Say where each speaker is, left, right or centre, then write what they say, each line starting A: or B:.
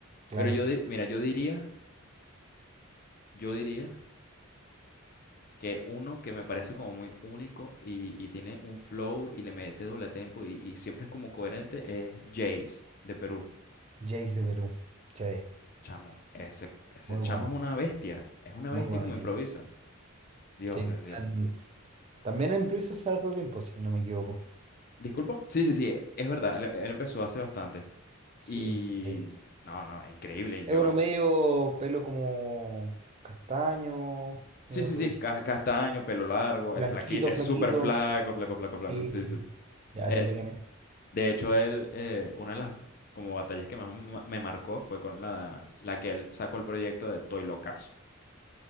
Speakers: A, on the right; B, on the left.
A: claro.
B: Pero yo, di- mira, yo diría, yo diría que uno que me parece como muy único y, y tiene un flow y le mete doble tempo y, y siempre es como coherente es Jace de Perú.
A: Jace de Perú. Sí,
B: Chamo, ese, ese
A: muy
B: chamo
A: bueno.
B: es una bestia, es una
A: Muy
B: bestia
A: bueno,
B: como
A: Jace.
B: improvisa. Dios,
A: Sí.
B: Dios, Dios.
A: en- También
B: Y-
A: en Prisa hace harto tiempo, si no me equivoco.
B: ¿Disculpa? Sí, sí, sí, es verdad,
A: Sí,
B: él, él empezó hace bastante.
A: sí,
B: Y
A: Jace.
B: no, no, es increíble. Y
A: Es
B: yo,
A: uno medio pelo como castaño,
B: sí,
A: medio
B: sí,
A: rubio.
B: sí, ca- castaño, pelo largo,
A: Blanquito,
B: es flaqui, es
A: flaquito.
B: súper flaco, flaco, flaco, flaco.
A: Sí,
B: Sí,
A: sí,
B: sí,
A: sí.
B: sí.
A: Ya,
B: Eh,
A: sí sé quién es.
B: de hecho, él, eh, una de las como batallas que más me me marcó fue con la, la que él sacó el proyecto de Toy Locazo.